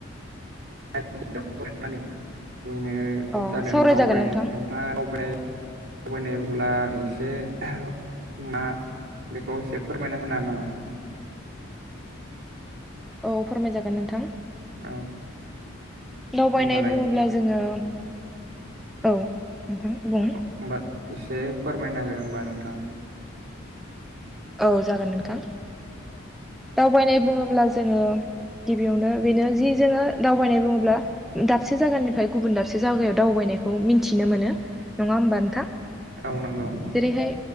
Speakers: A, on the right; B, in the centre.
A: <unintelligible> बेनो
B: अ
A: जादों
B: सावरायजागोन
A: दावबायनाय
B: नोंथां
A: नोंथाङा दावबाय दावबायनाय बुब्ला एसे <inaudible> ना बेखौ एसे फोरमायना होनो हा नामा?
B: औ फोरमायजागोन नोंथां।
A: औ
B: दावबायनाय
A: होमबालाय
B: बुङोब्ला जोङो <inaudible> औ बुं
A: औ होनोमबा एसे फोरमायन हो होमबा नोंथा।
B: औ जागोन नोंथां दावबायनाय बुङोब्ला जोङो। गिबियावनो बेनो जि जोङो दावबायनाय बुङोब्ला दाबसे जायगानिफ्राय गुबुन दाबसे जायगायाव दावबायनाय बेखौ मिथिनो मोनो नङा होमबा नोंथां?
A: औ नोंगौ।
B: जेरैहाय